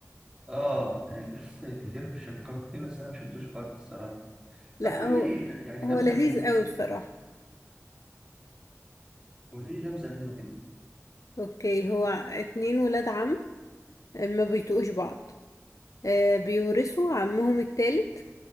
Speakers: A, on the right (about 20°); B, on the left (about 85°).
A: آه الناس كتير بيشكروا فيه بس أنا مشفتوش خالص الصراحة
B: لا
A: طب قولي
B: هو
A: لي يعني
B: هو
A: نبذة
B: لذيذ
A: منه
B: قوي بصراحة
A: قولي لي نبذة منه كده
B: اوكي هو اتنين ولاد عم ما بيتقوش بعض آه، بيورثوا عمهم التالت